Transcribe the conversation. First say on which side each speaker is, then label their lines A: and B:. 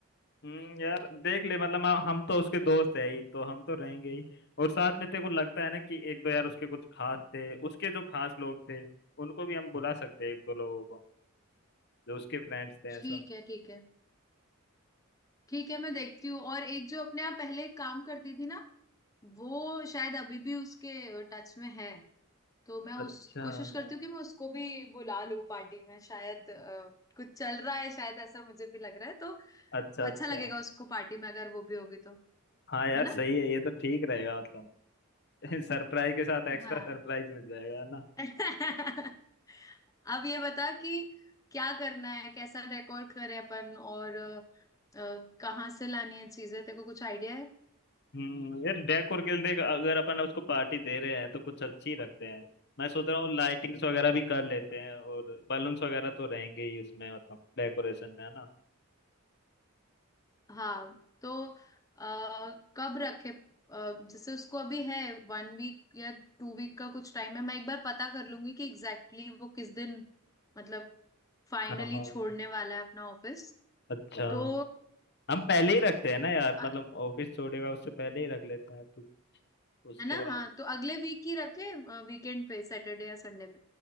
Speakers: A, on the left; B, on the left.
A: हम्म यार देख ले मतलब हम हम तो उसके दोस्त है ही तो हम तो रहेंगे ही और साथ में तेरे को लगता है ना कि एक दो यार उसके कुछ खास थे उसके जो खास लोग थे उनको भी हम बुला सकते हैं एक दो लोगों को जो उसके फ्रेंड्स थे ऐसा
B: ठीक है ठीक है ठीक है मैं देखती हूँ और एक जो अपने यहाँ पहले काम करती थी ना वो शायद अभी भी उसके टच में है तो मैं
A: अच्छा
B: उस कोशिश करती
A: हाँ,
B: हूँ कि मैं उसको भी बुला लूँ पार्टी में शायद अ, कुछ चल रहा है शायद ऐसा मुझे भी लग रहा है तो
A: अच्छा
B: अच्छा
A: अच्छा
B: लगेगा उसको पार्टी में अगर वो भी होगी तो
A: हाँ यार
B: है ना
A: सही है ये तो ठीक रहेगा मतलब <laughs> सरप्राइज के साथ एक्स्ट्रा
B: हाँ
A: सरप्राइज मिल जाएगा है ना
B: <laughs> अब ये बता कि क्या करना है कैसा डेकोर करें अपन और अ, अ, कहाँ से लानी है चीजें तेरे को कुछ आइडिया है
A: हम्म यार डेकोर के लिए देख अगर अपन उसको पार्टी दे रहे हैं तो कुछ अच्छी रखते हैं मैं सोच रहा हूँ लाइटिंग्स वगैरह भी कर लेते हैं और बलून्स वगैरह तो रहेंगे ही उसमें मतलब डेकोरेशन में है ना
B: हाँ तो आ, कब रखे अ, जैसे उसको अभी है वन वीक या टू वीक का कुछ टाइम है मैं एक बार पता कर लूंगी कि एग्जैक्टली exactly वो किस दिन मतलब फाइनली
A: हाँ हाँ
B: छोड़ने वाला है अपना ऑफिस
A: अच्छा
B: तो
A: हम पहले ही रखते हैं ना यार
B: अ,
A: मतलब ऑफिस छोड़ेगा उससे पहले ही रख लेते हैं तो उसके
B: है ना
A: बाद
B: हाँ तो अगले वीक ही रखे वीकेंड पे सैटरडे या संडे